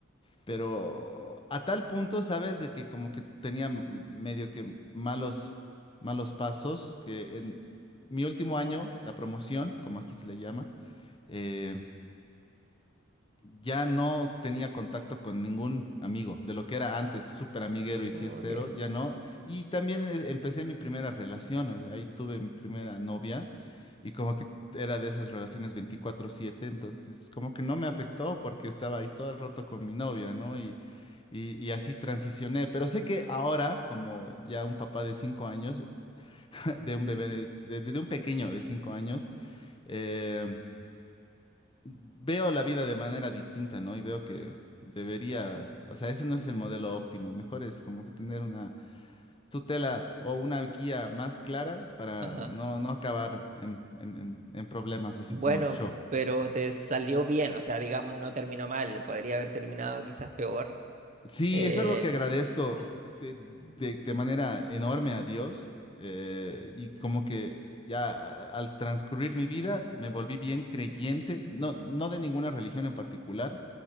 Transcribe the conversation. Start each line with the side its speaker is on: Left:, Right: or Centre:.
Left: pero a tal punto, sabes, de que como que tenía m- medio que malos, malos pasos, que en mi último año, la promoción, como aquí se le llama, eh, ya no tenía contacto con ningún amigo, de lo que era antes súper amiguero y
Right: Ok.
Left: fiestero, ya no. Y también eh, empecé mi primera relación, o sea, ahí tuve mi primera novia y como que era de esas relaciones 24/7, entonces como que no me afectó porque estaba ahí todo el rato con mi novia, ¿no? Y, y así transicioné, pero sé que ahora, como ya un papá de cinco años, <laughs> de un bebé, de, de- de un pequeño de cinco años, eh, veo la vida de manera distinta, ¿no? Y veo que debería, o sea, ese no es el modelo óptimo, mejor es como que tener una tutela o una guía más clara para
Right: Ajá.
Left: no, no acabar en, en en- en problemas así
Right: Bueno,
Left: como yo.
Right: pero te salió bien, o sea, digamos, no terminó mal. Podría haber terminado quizás peor.
Left: Sí,
Right: Eh,
Left: es algo que agradezco
Right: Sí.
Left: de, de- de manera enorme a Dios eh, y como que ya a- al transcurrir mi vida me volví bien creyente, no, no de ninguna religión en particular,